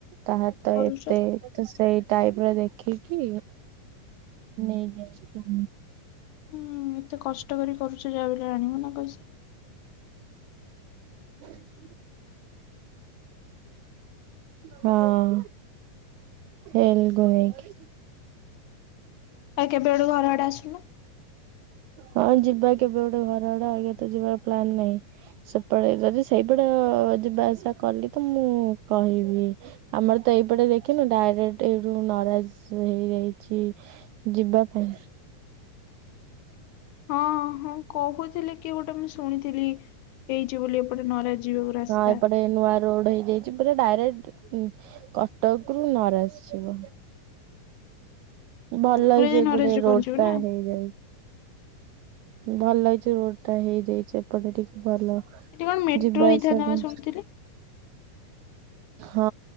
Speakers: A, on the right; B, on the left.
A: ତା ହାତ
B: କରୁଛ
A: ଏତେ
B: ହୁଁ
A: ତ ସେଇ ଟାଇପର ଦେଖିକି ନେଇକି ଆସୁ।
B: ହୁଁ ଏତେ କଷ୍ଟ କରି କରୁଛ ଯାହାବି ହେଲେ ଆଣିବ ନା ପଇସା।
A: <inaudible> ହଁ ହେଲ କୁ ନେଇକି।
B: ଆଉ କେବେ ଗୋଟେ ଘର ଆଡେ ଆସୁନ।
A: ହଁ ଯିବା କେବେ ଗୋଟେ ଘର ଆଡେ ଆଉ ୟା ତ ଯିବା ପ୍ଲାନ ନାହିଁ। ସେପଟେ ଯଦି ସେଇପଟ ଯିବା ଆସିବା କଲି ତ ମୁଁ କହିବି। ଆମର ତ ଏଇପଟେ ଦେଖିନୁ ଡାଇରେକ୍ଟ ଏଇଠୁ ନରାଜ ହେଇଯାଇଚି। ଯିବା ପାଇଁ।
B: ହଁ ହଁ କହୁଥିଲେ କିଏ ଗୋଟେ ମୁଁ ଶୁଣିଥିଲି ହେଇଛି ବୋଲି ଏପଟେ ନରାଜ ଯିବାକୁ ରାସ୍ତା
A: ହଁ ଏପଟେ ନୂଆ ରୋଡ ହେଇଯାଇଛି ପୁରା ଡାଇରେକ୍ଟ କଟକ ରୁ ନରାସ ଯିବ। ଭଲ
B: ପୁରା
A: ହେଇଚି
B: ଯାଇ
A: ଏପଟେ
B: ନରାଜରେ ପହଞ୍ଚିବ
A: ରୋଡ ଟା
B: ନା
A: ହେଇଯାଇଛି। ଭଲ ହେଇଚି ରୋଡ ଟା ହେଇଯାଇଛି ଏପଟେ ଟିକେ ଭଲ।
B: ଏଠି କଣ ମେଟ୍ରୋ
A: ଯିବା
B: ହେଇଥାନ୍ତା
A: ଆସିବା ପାଇଁ।
B: ବା ଶୁଣୁଥିଲି।
A: ହଁ